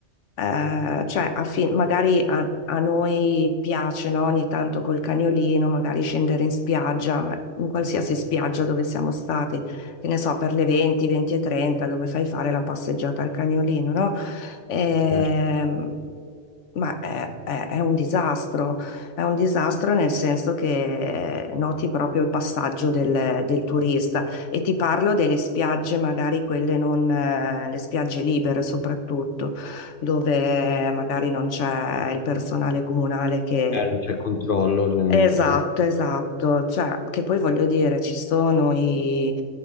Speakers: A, on the left; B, on the left.
A: Eh, cioè, a fi- magari a, a noi piace, no, Ogni tanto col cagnolino, magari scendere in spiaggia, ma in qualsiasi spiaggia dove siamo stati che ne so, per le 20, 20 e 30, dove fai fare la passeggiata al cagnolino, no? Ehm,
B: certo.
A: ma è, è- è un disastro, è un disastro nel senso che eh, noti proprio il passaggio del, del turista e ti parlo delle spiagge, magari quelle non, eh, le spiagge libere soprattutto, dove magari non c'è il personale comunale che
B: eh, non c'è controllo ovviamente.
A: Esatto, esatto, cioè, che poi voglio dire, ci sono i,